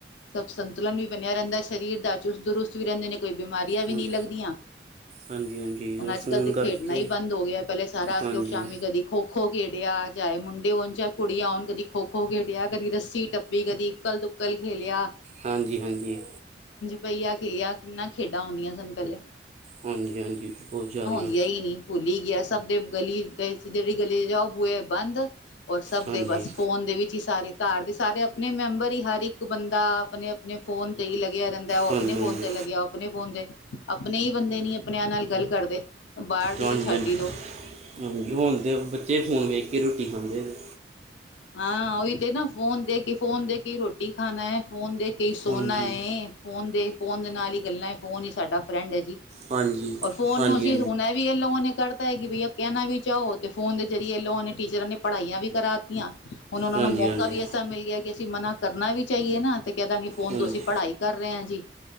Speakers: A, on the left (about 85°); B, on the right (about 40°).
A: ਸਭ ਸੰਤੁਲਨ ਵੀ ਬਨੇਯਾ ਰਹਿੰਦਾ ਸਰੀਰ ਦਾ, ਚੁਸਤ ਦੁਰੁਸਤ ਵੀ ਰਹਿੰਦੇ ਨੇ। ਕੋਈ ਬਿਮਾਰੀਆਂ ਵੀ
B: ਹਾਂ-
A: ਨਹੀਂ ਲੱਗਦੀਆਂ
B: ਹਾਂਜੀ ਹਾਂਜੀ
A: ਹੁਨ
B: ਉਹ
A: ਅੱਜ
B: ਫੋਨ
A: ਕੱਲ੍ਹ ਦੇ
B: ਕਰਕੇ
A: ਹੁਨ ਐ ਈ ਬੰਦ ਹੋ ਗਿਆ, ਪਹਿਲੇ ਸਾਰਾ ਅਸੀਂ
B: ਹਾਂਜੀ
A: ਲੋਕ ਸ਼ਾਮੀ ਕਦੀ ਖੋ ਖੋ ਖੇਡਿਆ ਚਾਹੇ ਮੁੰਡੇ ਹੋਨ, ਚਾਹੇ ਕੁੜੀਆਂ ਹੋਨ ਕਦੀ ਖੋ-ਖੋ ਖੇਡਿਆ, ਕਦੀ ਰੱਸੀ ਟੱਪੀ, ਕਦੀ ਇਕੱਲ ਦ ਉਕਲ ਖੇਲੇਆ।
B: ਹਾਂਜੀ-ਹਾਂਜੀ।
A: ਪਹੀਆ ਖੇਲੀਆਂ ਕਿੰਨਾ ਖੇਡਾਂ ਹੁੰਂਦੀਆਂ ਸਨ ਪਹਿਲੇ।
B: ਹਾਂਜੀ-ਹਾਂਜੀ, ਬਹੁਤ ਜ਼ਿਆਦੀਆ।
A: ਯਹੀ ਨਹੀਂ ਭੁੱਲ ਹੀ ਗਿਆ ਸਭ ਦੇ ਗਲੀ <unintelligible> ਜਿਹੜੀ ਗਲੀ ਚ ਜਾਓ, ਬੂਏ ਬੰਦ ਔਰ ਸਭ
B: ਹਾਂਜੀ
A: ਦੇ ਬਸ ਫੋਨ ਦੇ ਵਿੱਚ ਹੀ ਸਾਰੇ ਘਰ ਦੇ ਸਾਰੇ ਅਪਨੇ ਮੈਂਬਰ ਹੀ ਹਰ ਇੱਕ ਬੰਦਾ ਅਪਨੇ-ਅਪਨੇ ਫੋਨ ਤੇ ਹੀ ਲੱ ਲੱਗਿਆ ਰਹਿੰਦਾ ਉਹ
B: ਹਾਂਜੀ
A: ਆਪਨੇ
B: ਹਾਂਜੀ
A: ਫੋਨ ਤੇ ਲੱਗਿਆ, ਆਪਨੇ ਫੋਨ ਤੇ ਅਪਨੇ ਬੰਦੇ ਨੀ ਅਪਨੇਆਂ ਨਾਲ ਗੱਲ ਕਰਦੇ। ਬਾਹਰ ਦੀ
B: ਹਾਂਜੀ-ਹਾਂਜੀ,
A: ਤੇ ਛੱਡ ਹੀ ਦੋ
B: ਹਾਜੀਂ ਹੁਨ ਤੇ ਬੱਚੇ ਫੋਨ ਵੇਖ ਕੇ ਰੋਟੀ ਖਾਂਦੇ ਜੇ।
A: ਹਾਂ ਉਹੀ ਤੇ ਨਾ ਫੋਨ ਦੇ ਕੇ, ਫੋਨ ਦੇ ਕੇ ਰੋਟੀ ਖਾਣਾ ਐ, ਫੋਨ ਦੇਖ ਕਈ ਸੋਨਾ
B: ਹਾਂਜੀ
A: ਏ, ਫੋਨ ਦੇ, ਫੋਨ ਦੇ ਨਾਲ ਹੀ ਗੱਲਾਂ ਐ, ਫੋਨ ਹੀ ਸਾਡਾ ਫਰੈਂਡ ਹੈ ਜੀ।
B: ਹਾਂਜੀ
A: ਔਰ ਫੋਨ
B: ਹਾਂਜੀ
A: ਨੂੰ ਅਸੀਂ
B: ਹਾਂਜੀ
A: ਹੁਨ ਇਹ ਵੀ ਲੋਗੋ ਨੇ ਕਰ ਪਤਾ ਹੈ ਕਿ ਬਈਆ ਕਹਿਨਾ ਵੀ ਚਾਹੋ ਤੇ ਫੋਨ ਦੇ ਜ਼ਰੀਏ ਲੋਗੋ ਨੇ ਟੀਚਰਾਂ ਨੇ ਪੜ੍ਹਾਈਆਂ ਵੀ ਕਰਾਤੀਆਂ। ਹੁਨ ਉਹਨਾਂ
B: ਹਾਂਜੀ
A: ਨੂੰ ਮੌਕਾ ਵੀ
B: ਹਾਂਜੀ
A: ਐਸਾ ਮਿਲ ਗਿਆ ਕਿ ਅਸੀਂ ਮਨਾ ਕਰਨਾ ਵੀ ਚਾਹੀਏ ਨਾ ਤੇ ਕਹਿ ਦਾਂਗੇ ਫੋਨ
B: ਹਾਂਜੀ
A: ਤੋਂ ਅਸੀਂ ਪੜ੍ਹਾਈ ਕਰ ਰਹੇ ਆਂ ਜੀ